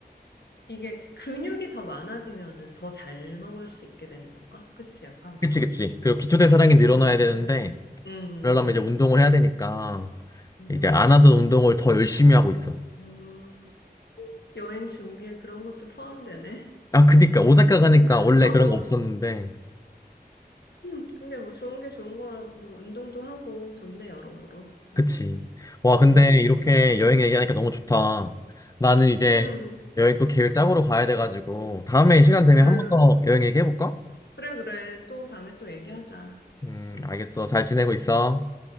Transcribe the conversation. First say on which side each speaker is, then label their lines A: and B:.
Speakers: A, on the left; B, on the left.
A: 이게 근육이 더 많아지면은 더 잘 먹을 수 있게 되는 건가? 그치, 약간 그렇지.
B: 그치, 그치. 그리고 기초대사량이 늘어나야
A: 음,
B: 되는데
A: 음,
B: 그러려면
A: 음,
B: 이제 운동을 해야 되니까
A: 음,
B: 이제 안 하던 운동을 더 열심히 하고 있어.
A: 음. 여행 준비에 그런 것도 포함되네.
B: 아, 그니까 오사카
A: 착실히
B: 가니까
A: 잘.
B: 원래
A: <laughs>
B: 그런 거 없었는데
A: 음, 근데 뭐 좋은 게 좋은 거라고 운동도 하고 좋네, 여러모로.
B: 그치.
A: 음,
B: 와, 근데
A: 음,
B: 이렇게
A: 음,
B: 여행 얘기하니까 너무 좋다. 나는 이제
A: 음,
B: 여행 또 계획 짜보러 가야 돼가지고, 다음에 시간 되면
A: 음.
B: 한 번 더 여행 얘기해볼까?
A: 그래, 그래. 또 다음에 또 얘기하자.
B: 음,
A: 음,
B: 알겠어. 잘 지내고 있어.